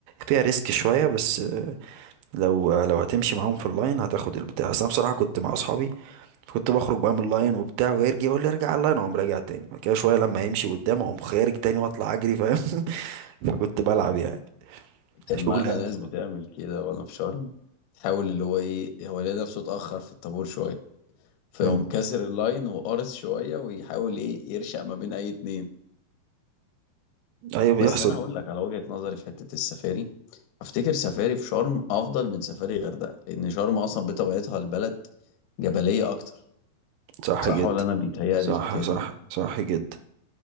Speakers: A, on the right; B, on the left.
A: فيها ريسك شوية بس آه، لو لو هتمشي معاهم في اللاين هتاخد البتاع بس انا بصراحة كنت مع اصحابي كنت بخرج بقى من اللاين وبتاع ويرجع يقول لي ارجع اللاين اقوم راجع تاني بعد كده شوية لما يمشي قدام اقوم خارج تاني واطلع اجري فاهم <laughs> فكنت بلعب يعني
B: كان
A: شغل
B: معانا ناس بتعمل كده وانا في شرم تحاول اللي هو ايه هو لقى نفسه اتاخر في الطابور شويه فيقوم
A: امم
B: كسر اللاين وقارص شويه ويحاول ايه يرشق ما بين اي اتنين
A: ايوه بيحصل
B: بس انا هقول لك على وجهه نظري في حته السفاري افتكر سفاري في شرم افضل من سفاري غردقه لان شرم اصلا بطبيعتها البلد جبليه اكتر
A: صح
B: صح
A: جدا
B: ولا انا بيتهيألي
A: صح
B: الحكايه
A: صح
B: دي
A: صح جدا